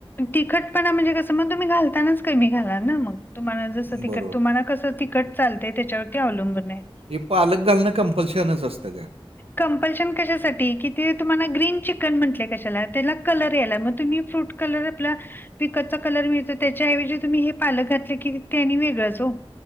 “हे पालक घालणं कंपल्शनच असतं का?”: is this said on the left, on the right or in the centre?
Right